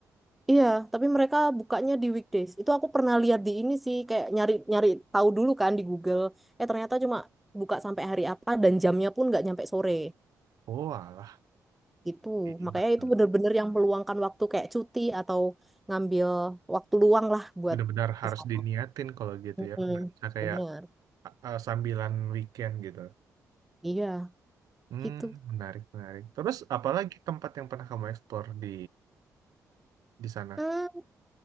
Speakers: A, in the centre; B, on the right.
A: Iya, tapi mereka bukanya di weekdays. Itu aku pernah lihat di ini sih, kayak nyari-nyari tahu dulu kan di Google. Eh ternyata cuma buka sampai hari apa dan jamnya pun nggak nyampe sore.
B: Oh, alah,
A: Itu,
B: jadi
A: makanya
B: ba-
A: itu bener-bener yang meluangkan waktu kayak cuti atau ngambil waktu luang lah buat
B: benar-benar harus
A: kesana.
B: diniatin
A: sana.
B: kalau gitu
A: Mm-mm,
B: ya. Nggak bisa kayak
A: Bener,
B: uh, uh, sambilan weekend gitu.
A: iya
B: Hmm,
A: gitu.
B: menarik, menarik. Terus apalagi tempat yang pernah kamu eksplor di di sana?
A: Mm.